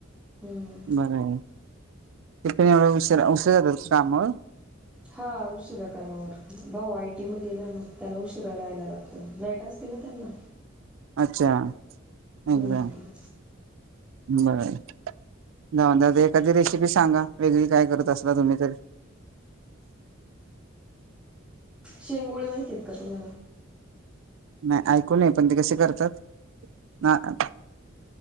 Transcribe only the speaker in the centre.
हम्म
हा उशिरा कामावर भाऊ आयटी मध्ये ना मग त्याला उशिरा राहायला लागत नाईट असती ना त्यांना
हम्म
शेंगोळी माहिती आहेत का तुम्हाला